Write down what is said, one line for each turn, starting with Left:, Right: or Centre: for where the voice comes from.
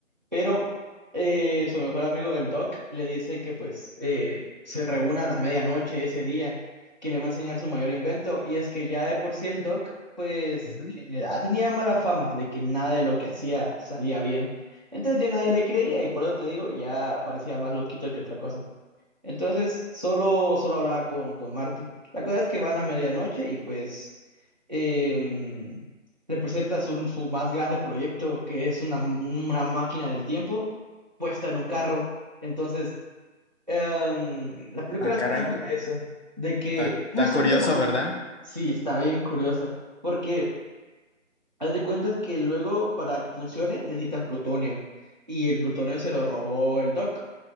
Right: Pero eh, su mejor amigo, el Doc, le dice que pues eh, se reúnan a medianoche ese día, que le va a enseñar su mayor invento. Y es que ya de por sí el Doc, pues
Left: Ujú.
Right: eh, ah, tenía mala fama de que nada de lo que hacía salía bien. Entonces ya nadie le creía y por eso te digo, ya parecía más loquito que otra cosa. Entonces, solo, solo hablaba con, con Martin. La cosa es que van a medianoche y pues em, le presentas un- su más grande proyecto, que es una, una máquina del tiempo puesta en un carro. Entonces, em, la película
Left: Ah, caray.
Right: trata sobre eso, de que
Left: Está
Right: justo
Left: está curioso,
Right: en ese momento,
Left: ¿verdad?
Right: sí, está bien curiosa, porque haz de cuentas que luego para que funcione necesitan plutonio y el plutonio se lo robó el Doc